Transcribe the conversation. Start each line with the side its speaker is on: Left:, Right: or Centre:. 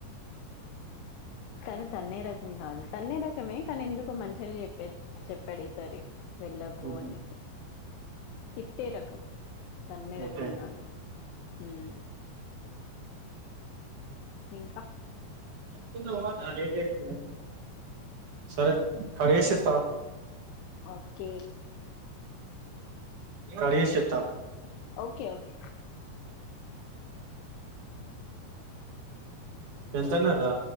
Left: తను తన్నే రకం కాదు తన్నే రకమే కానీ ఎందుకో మంచిగనే చెప్పేసి చెప్పాడు ఈసారి. వెళ్ళకు
Right: ఉహు,
Left: అనేసి తిట్టే రకం తన్నే
Right: ఓకే
Left: రకం కాదు అది. ఉమ్ ఇంకా.
Right: <unintelligible> పోవద్దా లేట్ చేయకుండా. సరే కడిగేసిస్తా ఆగు.
Left: ఓకే.
Right: కడిగేసిస్తా.
Left: Okay okay.
Right: ఎంతన్నాడు రా.